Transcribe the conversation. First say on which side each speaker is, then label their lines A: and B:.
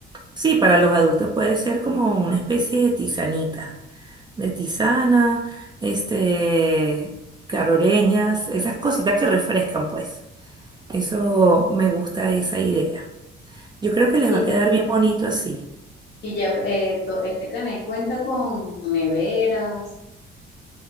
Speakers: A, on the right (about 20°); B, on the left (about 55°).
A: Sí, para los adultos puede ser como una especie de tisanita, de tisana, este, caroreñas, esas cositas que refrescan, pues. Eso me gusta esa idea. Yo creo que les
B: Y,
A: va a quedar bien bonito así.
B: y ya eh, to- este canal cuenta con neveras,